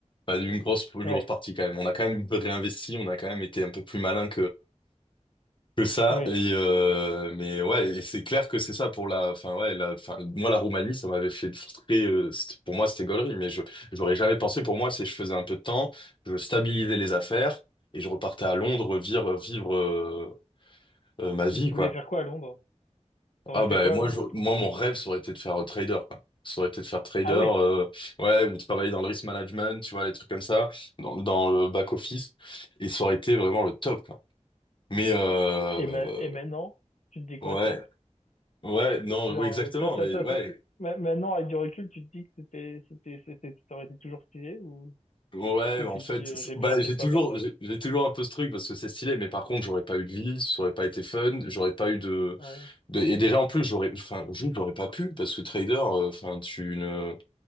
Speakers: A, on the left (about 45°); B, on the left (about 80°).
A: Enfin, une grosse, une
B: ouais,
A: grosse partie quand même. On a quand même réinvesti, on a quand même été un peu plus malin que ça
B: ouais.
A: et euh, mais ouais et c'est clair que c'est ça pour la enfin ouais la enfin moi la Roumanie ça m'avait fait très euh, c'était- pour moi c'était gaulerie mais je j'aurais jamais pensé pour moi c'est je faisais un peu de temps je stabilisais les affaires et je repartais à Londres vivre vivre euh, euh, ma vie
B: Et tu
A: quoi
B: voulais faire quoi à Londres? T'aurais
A: ah
B: fait
A: bah
B: quoi
A: moi
B: à Londres?
A: je, moi mon rêve ça aurait été de faire euh, trader quoi ça aurait été de faire trader
B: Ah
A: euh,
B: ouais.
A: ouais ou travailler dans le risk management tu vois les trucs comme ça dans, dans le back office et ça aurait été vraiment le top quoi mais euh,
B: Et, ma- et maintenant, tu te dis quoi
A: ouais
B: de ça?
A: Ouais, non,
B: Genre,
A: oui, exactement.
B: euh, ça, ça,
A: Mais
B: ça,
A: ouais,
B: ça. ma- Maintenant, avec du recul, tu te dis que c'était, c'était, c'était, ça aurait été toujours stylé ou,
A: ouais,
B: ou
A: en
B: tu
A: fait,
B: te dis, euh,
A: c'est-
B: j'ai bien
A: bah,
B: fait
A: j'ai
B: de pas
A: toujours,
B: faire ça?
A: j'ai j'ai toujours un peu ce truc parce que c'est stylé, mais par contre, j'aurais pas eu de vie, ça aurait pas été fun, j'aurais pas eu de,
B: Ouais.
A: de- et déjà, en plus, j'aurais, enfin, je j'aurais pas pu parce que trader, euh, enfin, tu ne,